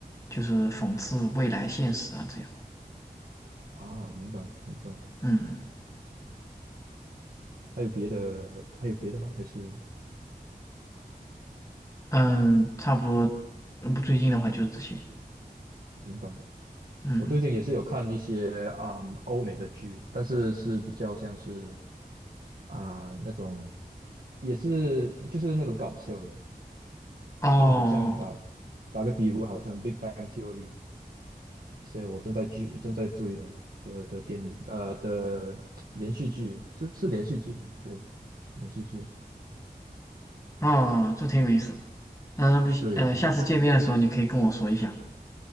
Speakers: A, on the left (about 20°); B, on the right (about 65°).
A: 就是讽刺未来现实啊这样。
B: 啊？明白明白。
A: 嗯
B: 还有别的还有别的吗？还是
A: 嗯，差不多，嗯最近的话就是这些。
B: 明白？
A: 嗯
B: 我最近也是有看一些啊、嗯欧美的剧，但是是比较像是啊、那种，也是就是那种搞笑的，
A: 哦。
B: 就好像打打个比如，好像《Big Bang Theory》这些我正在剧正在追的的的电影呃的连续剧，是是连续剧吗？对，连续剧，
A: 哦，这挺有意思的。嗯、不行，
B: 对对对，
A: 呃，下次见面的时候你可以跟我说一下。